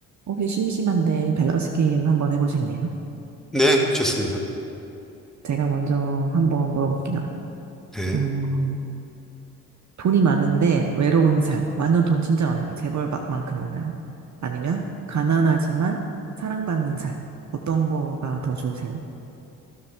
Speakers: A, on the right (about 40°); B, in the centre.
A: 혹시 심심한데 밸런스 게임 한번 해보실래요?
B: 네, 좋습니다.
A: 제가 먼저 한번 물어볼게요.
B: 네.
A: 음, 돈이 많은데 외로운 삶. 완전 돈 진짜 많아요. 재벌만큼 많아요. 아니면 가난하지만 사랑받는 삶. 어떤 거가 더 좋으세요?